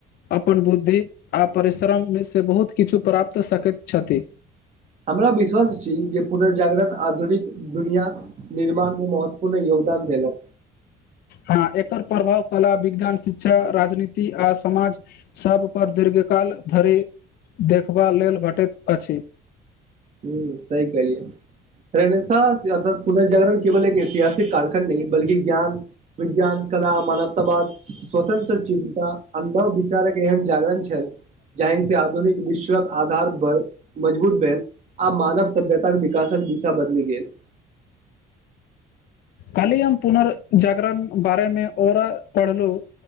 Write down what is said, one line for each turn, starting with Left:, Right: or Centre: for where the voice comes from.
Left: अपन बुद्धि आओ परिश्रम में से बहुत किछ प्राप्त सकैत छथि
Right: हमरा विश्वास छी जे पुनर्जागरण आधुनिक दुनिया निर्माण में महत्वपूर्ण योगदान देलक
Left: हँ एकर प्रभाव कला विज्ञान शिक्षा राजनीति आ समाज सभ पर दीर्घकाल धरि देखबा लेल भेटैत अछि
Right: हं सही कहलियै रहने अथ पुनर्जागरण केवल एक ऐतिहासिक कलखंड नइ बल्कि ज्ञान विज्ञान कला मानवतावाद स्वतंत्र चिन्ता आ नव विचारक एहन जागरण छल जाे आधुनिक विश्वक आधार पर मजबूत भेल आ मानव सभ्यताक विकासक दिशा बदलि गेल
Left: काल्हि हम पुनर्जागरण बारे में औरा पढ़लु